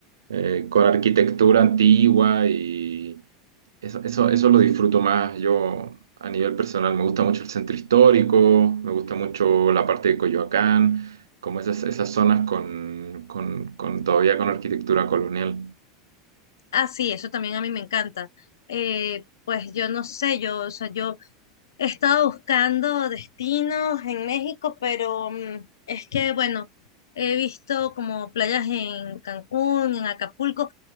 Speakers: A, on the right; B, on the left.
A: eh, con arquitectura antigua y eso, eso, eso lo disfruto más. Yo a nivel personal me gusta mucho el centro histórico, me gusta mucho la parte de Coyoacán, como esas, esas zonas con, con, con todavía con arquitectura colonial.
B: Ah, sí, eso también a mí me encanta. Eh, pues yo no sé, yo, o sea, yo he estado buscando destinos en México, pero mm, es que, bueno, he visto como playas en Cancún, en Acapulco,